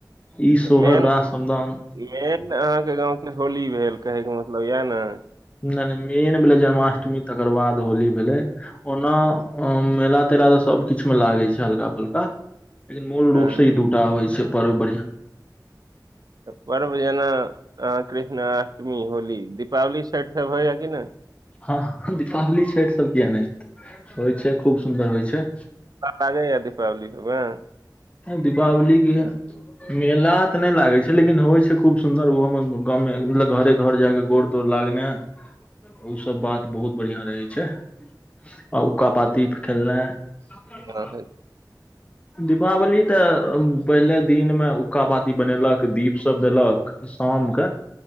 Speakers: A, on the left; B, on the right.
A: ई सोहर
B: मेन
A: रा समदान
B: मेन अहाँके गाँवके होली भेल कहैके मतलब यै ने
A: नहि नहि मेन भेलै जन्माष्टमी तकर बाद होली भेलै ओना मेला तेला त सबकिछु मे लागे छै हल्का फल्का लेकिन मूल रूप
B: हँ
A: से ई दूटा होइ छै पर्व बढ़ियां
B: पर्व जेना अ कृष्णाष्टमी होली दीपावली छठि सब होइए कि नहि
A: हँ दीपावली छठि सब किए नहि हेतै होइ छै खूब सुन्दर होइ छै
B: लागैया दीपावली बए <unintelligible>
A: दीपावलीे के मेला तऽ नहि लागे छै लेकिन होइ छै खूब सुन्दर ओहो मे गाँवमें मतलब घरे घर जाय के गोर तोर लागने इ सब बात बहुत बढ़िया रहे छै आ उक्का पाती खेलनाइ
B: आ
A: दीपावली त पहिले दिनमे हुक्का पाती बनेलक दीप सभ देलक शामके